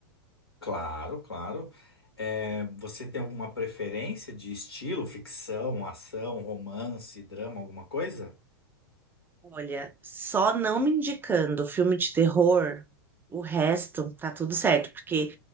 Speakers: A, on the left (about 80°); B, on the right (about 15°).
A: Claro, claro. É, você tem alguma preferência de estilo, ficção, ação, romance, drama, alguma coisa?
B: Olha, só não me indicando filme de terror, o resto tá tudo certo, porque